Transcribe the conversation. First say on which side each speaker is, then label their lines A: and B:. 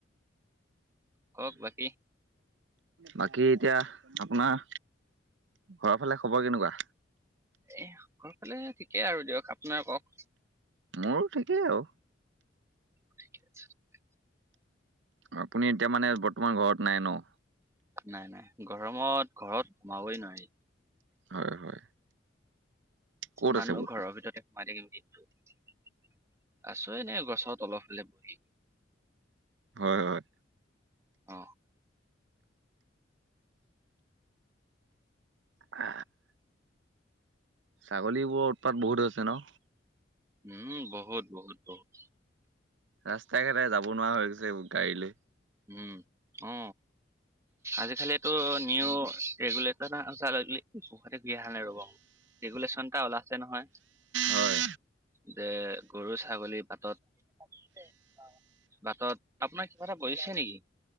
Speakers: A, on the right; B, on the right.
A: কওক বাকি?
B: বাকী এতিয়া আপোনাৰ ঘৰৰ ফালে খবৰ কেনেকুৱা?
A: এ ঘৰ ফালে ঠিকেই আৰু দিয়ক আপোনাৰ কওক?
B: মোৰো ঠিকে আৰু।
A: <unintelligible>
B: আপুনি এতিয়া মানে বৰ্তমান ঘৰত নাই ন?
A: নাই, নাই, গৰমত ঘৰত সোমাবই নোৱাৰি।
B: হয়, হয়। ক'ত
A: কিমান
B: আছে
A: নো
B: বৰ্ত
A: ঘৰৰ ভিতৰতে <inaudible> আছোঁ এনে গছৰ তলৰ ফালে বহি।
B: হয়, হয়।
A: অ,
B: অ, ছাগলীবোৰৰ উৎপাত বহুত হৈছে ন?
A: উম, বহুত বহুত বহুত।
B: ৰাস্তা ঘাটে যাব নোৱাৰা হৈ গৈছে গাড়ী লৈ।
A: উম, অ, আজিকালিটো নিউ ৰেগুলেটৰ <inaudible> নাই ৰ'বা। ৰেগুলেশ্যনটা ওলাইছে নহয়।
B: হয়।
A: যে গৰু ছাগলী বাতত বাটত আপোনাৰ কিবা এটা বজিছে নেকি?